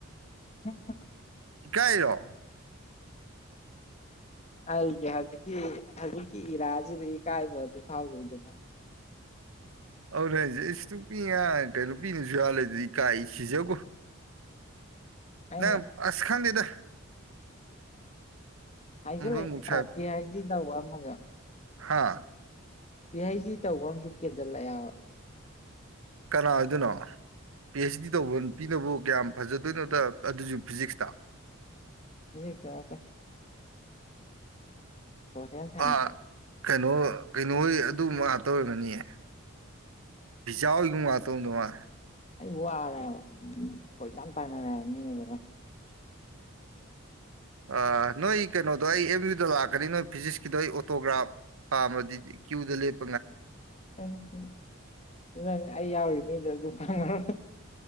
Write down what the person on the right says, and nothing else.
ꯏꯀꯥꯏꯔꯣ
ꯑꯗꯨꯔꯦ ꯍꯧꯁꯦ ꯑꯩꯁꯨ ꯅꯨꯄꯤꯤꯉ ꯀꯩꯅꯣ ꯄꯤꯅꯁꯨ ꯌꯥꯜꯂꯦ ꯑꯗꯨꯗꯤ ꯀꯥꯏ ꯁꯤꯖꯒꯣ
ꯅ ꯑꯁ ꯈꯥꯟꯗꯗ <inaudible>
ꯑꯃꯨꯛ
ꯍꯥꯥ
ꯀꯅꯥ ꯑꯣꯏꯗꯣꯏꯅꯣ ꯄꯤ ꯑꯩꯆ ꯗꯤ ꯇꯧꯕ ꯄꯤꯗꯕꯨ ꯀꯌꯥꯝ ꯐꯖꯗꯣꯏꯅꯣꯗ ꯑꯗꯨꯁꯨ ꯐꯤꯖꯤꯛꯁꯇ
ꯑꯥ ꯀꯩꯅꯣ ꯀꯩꯅꯣꯍꯣꯏ ꯑꯗꯨꯕ ꯉꯥꯛꯇꯧꯔꯒꯅꯤꯌꯦ ꯤꯖꯥ ꯍꯣꯏꯒꯨꯝꯕ ꯉꯥꯛꯇꯧꯗꯧ ꯃꯥꯂ
ꯑ ꯅꯣꯏ ꯀ ꯅꯣ ꯑꯗꯣ ꯑꯩ ꯑꯦꯝ ꯌꯨ ꯗ ꯂꯥꯛꯀꯅꯤ ꯅꯣꯏ ꯐꯤꯖꯤꯛꯁꯀꯤꯗꯣ ꯑꯩ ꯑꯣꯇꯣꯒ꯭ꯔꯥꯐ ꯄꯥꯝꯃꯗꯤ ꯀ꯭ꯌꯨꯗ ꯂꯦꯞ